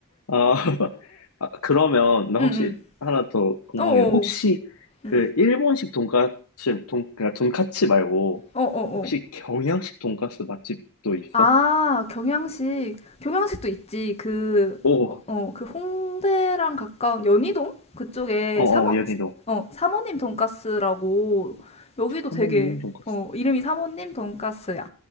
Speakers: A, on the left; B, on the left.
A: 아, <laughs> 아, 그러면 나
B: 응,
A: 혹시
B: 응.
A: 하나 더 궁금해.
B: 어어.
A: 혹시 그
B: 응.
A: 일본식 돈까스 돈 그러니까 돈까츠 말고
B: 어어어.
A: 혹시 경양식 돈까스 맛집도 있어?
B: 아, 경양식. 경양식도 있지. 그,
A: 오,
B: 어, 어, 그 홍대랑 가까운 연희동? 그쪽에
A: 어, 어,
B: 사모,
A: 연희도
B: 어, 사모님 돈가스라고. 여기도 되게,
A: 하모님 돈까스.
B: 어, 이름이 사모님 돈가스야.